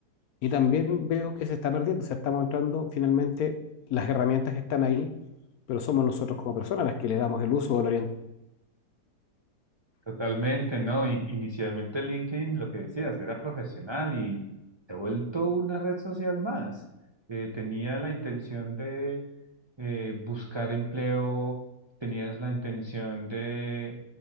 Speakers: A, on the left; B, on the right.
A: Y también veo que se está perdiendo, o sea, estamos entrando finalmente las herramientas que están ahí, pero somos nosotros como personas las que le damos el uso o la orientación.
B: Totalmente, ¿no? In- Inicialmente LinkedIn, lo que decías, era profesional y se ha vuelto una red social más. Eh, tenía la intención de eh, buscar empleo, tenías la intención de